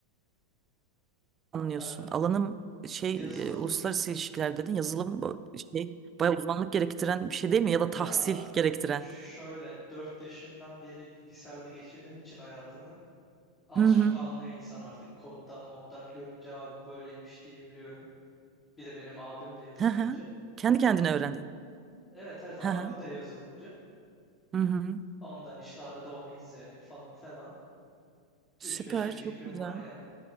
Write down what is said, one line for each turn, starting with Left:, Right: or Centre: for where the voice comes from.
Right: anlıyorsun.
Left: Hal-
Right: Alanım şey
Left: Yazılım
Right: e, uluslararası ilişkiler dedin. Yazılım bu şey bayağı uzmanlık gerektiren bir şey değil mi? Ya da
Left: ya
Right: tahsil gerektiren.
Left: şöyle 4 yaşından beri bilgisayarda geçirdiğim için hayatımı az
Right: Hı hı.
Left: çok anlıyor insan artık koddan moddan görünce abi bu böyleymiş diyebiliyorum. Bir de benim abim de yazılımcı.
Right: Hı hı. Kendi kendine öğrendin.
Left: Evet evet abim
Right: Hı hı.
Left: de yazılımcı.
Right: Hı hı.
Left: Ondan işte arada onu izleyerek falan falan
Right: Süper,
Left: üç beş bir fikrim
Right: çok güzel.
Left: var yani.